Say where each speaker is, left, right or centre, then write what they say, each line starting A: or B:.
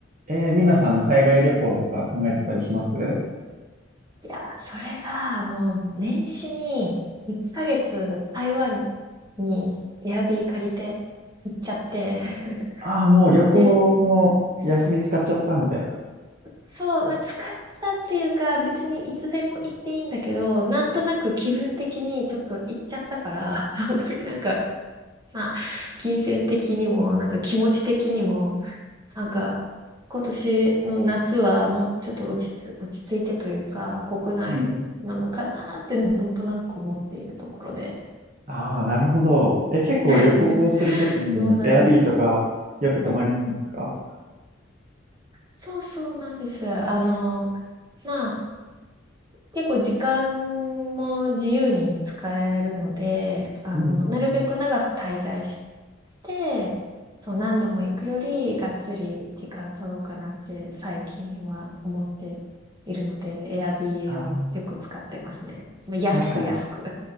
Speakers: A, on the right (about 40°); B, on the right (about 20°).
A: えー、皆さん、海外旅行とか考えてたりします
B: いや、それが、もう年始に1ヶ月台湾にエアビー借りて行っちゃって <laughs>
A: ああー、もう旅行の休み使っちゃったみたいな。
B: で、すそう、まあ、疲れたっていうか、別にいつでも行っていいんだけど、なんとなく気分的にちょっと行っちゃったから、<laughs> あんまりなんか、まあ、金銭的にも、なんか気持ち的にも、なんか、今年の夏はもうちょっと落ちつ、落ち着いてというか、国内なのかなってなんとなく思っているところで。
A: うんうんああ、なるほど。え、結構旅行をするときに、
B: <laughs> どうだろう。
A: エアビーとかよく泊まるんですか
B: そうそうなんです。あの、まあ、結構時間も自由に使えるので、あの、
A: うんうんうん。
B: なるべく長く滞在し、して、そう、何度も行くより、がっつり時間取ろうかなって最近は思っているので、Airbnb
A: あ
B: をよく使ってますね。まあ、安く安く
A: あ確かに。